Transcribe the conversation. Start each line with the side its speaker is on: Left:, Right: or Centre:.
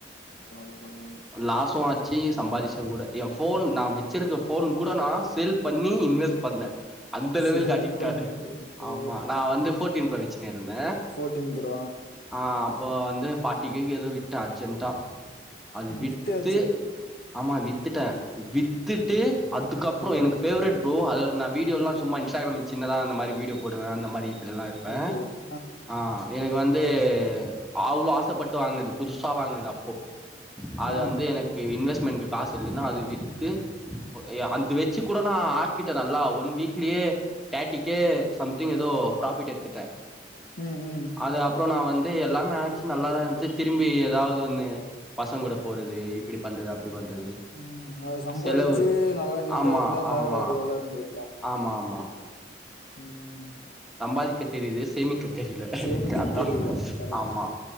Left: பரவால்ல பரவால்ல
Centre: லாஸு ஆச்சி சம்பாதிச்ச கூட எ ஃபோன் நா வச்சிருக்க ஃபோன் கூட நா சேல் பண்ணி இன்வெஸ்ட் பண்ண அந்த லெவலுக்
Left: சேல்
Centre: அடிக்ட்டான
Left: பண்ண ஐயோ!
Centre: ஆமா நா வந்து ஃபோர்டீன் ப்ரோ வச்சுன்னு இருந்த
Left: ஃபோர்டின் ப்ரோ
Centre: ஆ அப்போ வந்து ஃபார்ட்டி கேக்கு எதோ விட்ட அர்ஜென்ட்டா அத
Left: ம்
Centre: வித்து
Left: வித்தாச்சே!
Centre: ஆமா வித்துட்ட வித் வித்துட்டு அதுக்கப்பறோ
Left: ஆ.
Centre: எனக்கு ஃபேவ்ரெட் ப்ரோ அதல நா வீடியோல்லா சும்மா இன்ஸ்ட்கிராம்ல சின்னதா அந்த மாரி வீடியோ போடுவ அந்த மாரி அதெல்லா இருப்ப
Left: ஓகே ஓகே
Centre: ஆ எனக்கு வந்து அவ்ளோ ஆசப்பட்டு வாங்குனது புதுசா வாங்குனது அப்போ அது
Left: ஆ
Centre: வந்து எனக்கு இன்வெஸ்ட்மெண்ட்கு காசு இல்லன்னு அத வித் து ஓ ஏ அந்த வச்சு கூட நா ஆக்கிட்ட நல்லா ஒன் வீக்லயே தேர்ட்டிகே சம்திங் ஏதோ ப்ராஃபிட் எடுத்துட்ட
Left: ம் ம்
Centre: அது அப்பறோ நா வந்து எல்லாமே ஆச்சு நல்லாதா இருந்ச்சி திரும்பி ஏதாவது வந்து பசங்க கூட போறது இப்டி பண்றது அப்டி பண்றது
Left: ம் அத சம்பாதிச்சு
Centre: செலவு
Left: நல்லா நீட்டா
Centre: ஆமா
Left: இருந்தா இந்நேர
Centre: ஆமா
Left: வேற லெவல்ல இருந்துருக்கலா
Centre: ஆமா ஆமா
Left: ம்
Centre: சம்பாதிக்க தெரிது சேமிக்க தெரில
Left: சேமிக்க
Centre: எனக்கு அதா
Left: தெரியல கரெக்ட்
Centre: ஆமா